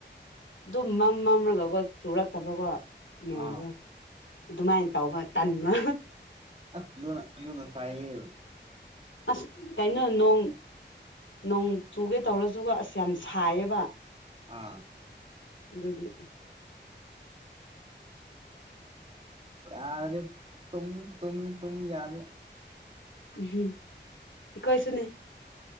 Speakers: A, on the left; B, on the right.
A: ꯑꯗꯨꯝ ꯃꯝ ꯃꯝꯔꯒꯀꯣ ꯆꯨꯔꯛꯇꯕꯀꯣ ꯅꯣꯡꯗꯣ
B: ꯑꯥ
A: ꯑꯗꯨꯃꯥꯏꯅ ꯇꯧꯕ ꯇꯟꯃ
B: ꯑꯁ ꯂꯣꯅꯥ ꯂꯨꯅ ꯄꯥꯏꯍꯦ
A: ꯑꯁ ꯀꯩꯅꯣ ꯅꯣꯡ ꯅꯣꯡ ꯆꯨꯒꯦ ꯇꯧꯔꯁꯨꯒ ꯑꯁ ꯌꯥꯝ ꯁꯥꯏꯌꯦꯕ
B: ꯑꯥ
A: ꯑꯗꯨꯒꯤ
B: <inaudible> ꯌꯥꯔꯦ ꯇꯨꯝ ꯇꯨꯝ ꯇꯃꯤ ꯌꯥꯔꯦ
A: ꯎꯝ ꯑꯩꯈ‌ꯣꯏꯁꯨꯅꯦ